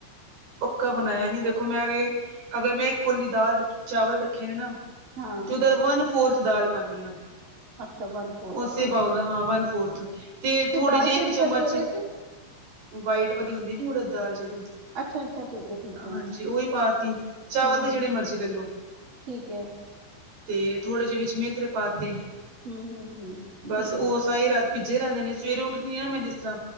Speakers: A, on the right (about 55°); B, on the right (about 25°).
A: ਪੱਕਾ ਬਣਾਇਆ ਨਹੀਂ ਦੇਖੋ ਮੈਂ ਇਹ ਅਗਰ ਮੈਂ ਕੋਲੀ ਦਾਲ-ਚਾਵਲ ਰੱਖੇ ਨੇ ਨਾ,
B: ਹਾਂ
A: ਤੇ ਉਹਦਾ ਵਨ ਫੋਰਥ ਦਾਲ ਪਾਣੀ ਹਾਂ,
B: ਅੱਛਾ
A: ਉਸੇ
B: ਦਾਲ
A: ਬਾਲ ਦਾ, ਹਾਂ ਵਨ ਫੋਰਥ। ਤੇ ਥੋੜੇ
B: ਦਾਲ
A: ਜਿਹੇ
B: ਕਿਹੜੀ
A: ਇੱਕ ਚਮਚ,
B: ਪੈਂਦੀ ਹੈ ਇਹਦੇ 'ਚ
A: ਵਾਈਟ ਵਾਲੀ ਹੁੰਦੀ ਨਾ ਉੜਦ ਦਾਲ ਜਿਹੜੀ
B: ਅੱਛਾ ਅੱਛਾ ਠੀਕ ਹੈ ਠੀਕ ਹੈ
A: ਹਾਂਜੀ ਉਹੀ ਪਾਤੀ, ਚਾਵਲ
B: ਹੂੰ
A: ਦੇ ਜਿਹੜੇ ਮਰਜ਼ੀ ਲੈਲੋ।
B: ਠੀਕ ਹੈ।
A: ਤੇ ਥੋੜ੍ਹੇ ਜਿਹੇ ਵਿੱਚ ਮੇਥਰੇ ਪਾਤੇ।
B: ਹਮ, ਹਮ, ਹਮ--ਠੀਕ
A: ਬਸ ਉਹ
B: ਹੈ।
A: ਸਾਰੀ ਰਾਤ ਭਿੱਜੇ ਰਹਿੰਦੇ ਨੇ ਸਵੇਰੇ ਉੱਠਦੀ ਹਾ ਨਾ ਮੈਂ ਜਿਸ ਤਰ੍ਹਾਂ